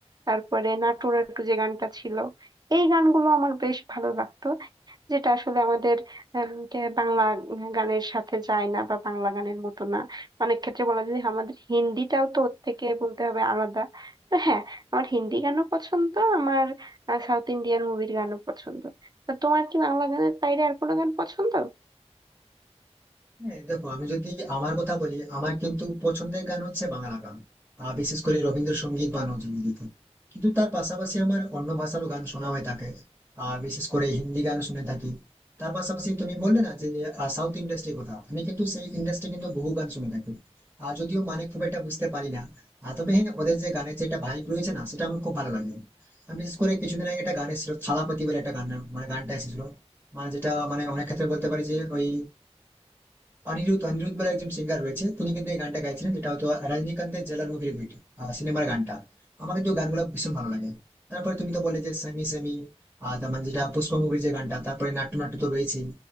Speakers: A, on the right; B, on the right.
A: তারপরে নাটু নাটু যে গানটা ছিল এই গানগুলো আমার বেশ ভালো লাগতো যেটা আসলে আমাদের উম, কে- বাংলা গানের সাথে যায় না বা বাংলা গানের মতো না অনেক ক্ষেত্রে বলা যায় যে আমাদের হিন্দিটাও তো ওর থেকে বলতে হবে আলাদা তো হ্যাঁ আমার হিন্দি গানও পছন্দ আমার সাউথ ইন্ডিয়ান মুভির গানও পছন্দ তো তোমার কি বাংলা গানের বাইরে আর কোনো গান পছন্দ
B: হ্যাঁ দেখো আমি যদি আমার কথা বলি আমার কিন্তু পছন্দের গান হচ্ছে বাংলা গান আর বিশেষ করে রবীন্দ্রসঙ্গীত বা নজরুল গীতি কিন্তু তার পাশাপাশি আমার অন্য ভাষারও গান শোনা হয়ে থাকে আর বিশেষ করে হিন্দি গান শুনে থাকি তার পাশাপাশি তুমি বললে না যে সাউথ ইন্ডাস্ট্রির কথা আমি কিন্তু সেই ইন্ডাস্ট্রি কিন্তু বহু গান শুনে থাকি আর যদিও মানে খুব একটা বুঝতে পারি না আর তবে হ্যাঁ ওদের যে গানের যে একটা ভাইব রয়েছে না সেটা আমার খুব ভালো লাগে আমি বিশেষ করে কিছুদিন আগে একটা গান এসেছিল থালাপতি বলে একটা গান মানে গানটা এসেছিল মানে যেটা মানে অনেক ক্ষেত্রে বলতে পারি যে ওই অনিরুদ্ধ অনিরুদ্ধ বলে একজন সিঙ্গার রয়েছে তিনি কিন্তু এই গানটা গাইছিলেন যেটা হয়তো রজনীকান্তের জেলার মুখের ভিডিও সিনেমার গানটা আমার কিন্তু গানগুলো ভীষণ ভালো লাগে তারপরে তুমি তো বললে যে সেমি সেমি আর তার মানে যেটা পুষ্পা মুভির যে গানটা তারপরে নাট্য নাট্য তো রয়েছেই